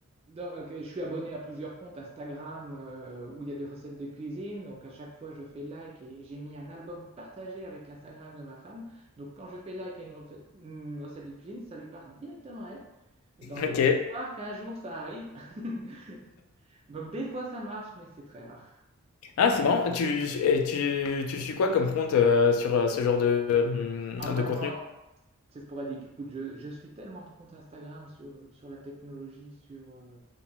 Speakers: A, on the right (about 25°); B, on the left (about 70°).
A: Donc, ok, je suis abonné à plusieurs comptes Instagram euh, où il y a des recettes de cuisine. Donc, à chaque fois, je fais like et j'ai mis un album partagé avec l'Instagram de ma femme. Donc, quand je fais like à une, refe- une recette de cuisine, ça lui part directement à elle. Et dans l'espoir
B: Ok.
A: qu'un jour, ça arrive. <laughs> Donc des fois ça marche, mais c'est très rare.
B: Ah, c'est marrant. Tu, et tu, tu suis quoi comme compte euh, sur euh, ce genre de,
A: Ah,
B: hum,
A: vraiment,
B: de contenu?
A: c'est sporadique. Écoute, je, je suis tellement de comptes Instagram sur, sur la technologie, sur, euh,